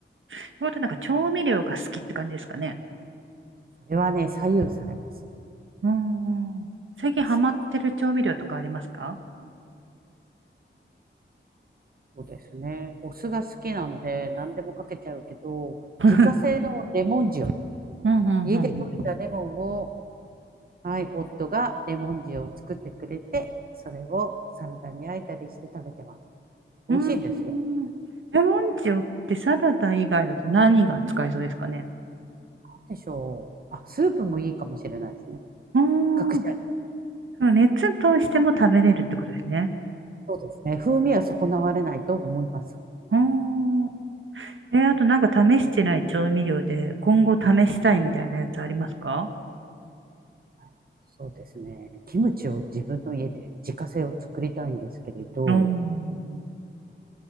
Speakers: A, on the right (about 75°); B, on the right (about 45°).
A: てことはなんか調味料が好きって感じですかね。
B: それはね、左右されます。
A: うん。最近ハマってる調味料とかありますか
B: そうです。そうですね。お酢が好きなんで何でもかけちゃうけど、
A: <laughs>
B: 自家製のレモン塩。
A: うんうんうんうん。
B: 家で採れたレモンをはい、夫がレモン塩を作ってくれて、それをサラダに焼いたりして食べてます。
A: うんうんうん。
B: 美味しいですよ。
A: レモン塩ってサラダ以外だと何が使えそうですかね。
B: なんでしょう。あ、スープもいいかもしれないですね。
A: うん。
B: 隠し味。
A: 熱通しても食べれるってことですね。
B: そうですね。風味は損なわれないと思います。
A: うーん。えーあとなんか試してない調味料で今後試したいみたいなやつありますか
B: はい、そうですね。キムチを自分の家で自家製を作りたいんですけれど、
A: うーん。